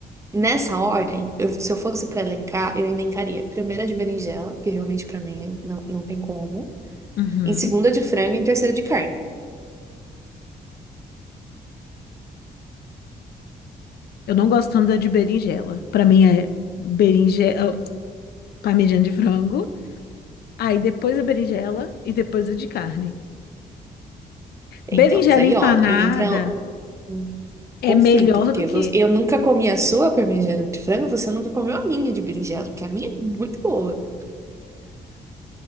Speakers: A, on the right; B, on the left.
A: Nessa ordem, eu- se eu fosse para elencar, eu elencaria primeira de berinjela, que realmente para mim não, não tem como.
B: Uhum.
A: Em segunda de frango e em terceira de carne.
B: Eu não gosto tanto da de berinjela. Pra mim é berinjela, oh, parmegiana de frango, aí depois a berinjela e depois a de carne.
A: Então,
B: Berinjela
A: mas aí,
B: empanada.
A: ó, entra um, um conflito,
B: É melhor
A: porque
B: do que.
A: você- eu nunca comi a sua parmegiana de frango, você nunca comeu a minha de berinjela, porque a minha é muito boa.